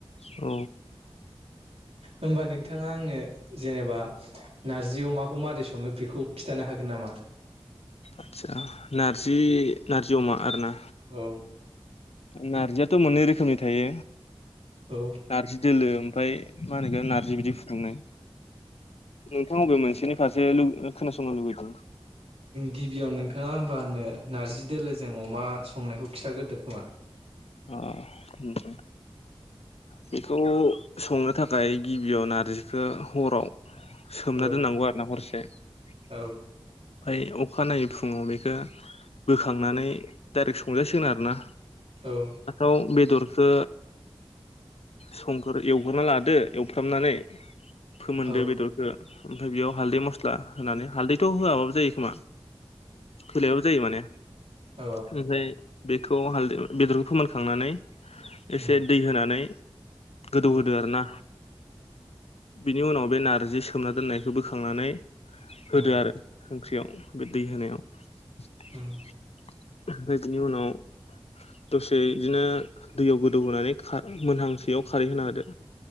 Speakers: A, on the left (about 80°); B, on the right (about 80°).
A: औ।
B: होमबा नोंथाङा आंनो जेनेबा नार्जि अमाखौ मारै सङो बेखौ खिन्थानो हागो हागोन नामा?
A: आदसा नारजि नारजि अमा आरोना?
B: औ।
A: नारजियाथ' मोननै रोखोमनि थायो
B: औ
A: नारजि दोलो ओमफ्राय मा होनोगोन नार्जि बिदि फुदुंनाय नोंथां अबे मोनसेनि फारसे खोनासंनो लुबैदों
B: गिबियाव नोंथाङा मा होंनो आंनो नार्जि दोलोजों अमा संनायखौ खिथाग्रोदो खोमा।
A: अ खोनादों बेखौ संनो थाखाय गिबियाव नारजिखौ हराव सोमना
B: औ
A: दोननांगौ आरो ना हरसे ओमफ्राय
B: औ
A: अखानायै फुङाव बेखौ बोखांनानै डाइरेक्ट संजासिगोन आरोना
B: औ
A: अ बेदरखो संग्रो एवग्रोना लादो एवफ्रामनानै फोमोनदो
B: औ
A: बेदरखो ओमफ्राय बेयाव हालदै, मस्ला होनानै हालदैथ' होआबाबो जायो खोमा होलायाबो जायो माने
B: औ
A: ओमफ्राय बेखौ हालदै बेदर फोमोनखांनानै
B: उम
A: एसे दै होनानै गोदौ
B: औ
A: होदो आरो ना बिनि उनाव बे नार्जि सोमना दोननायखो बोखांनानै होदो
B: उम
A: आरो ओंख्रियाव। बे दै होनायाव ओमफ्राय
B: उम
A: बिनि उनाव दसे इदिनो दैयाव गोदौ होनानै खा मोनहांसैयाव खारै होना होदो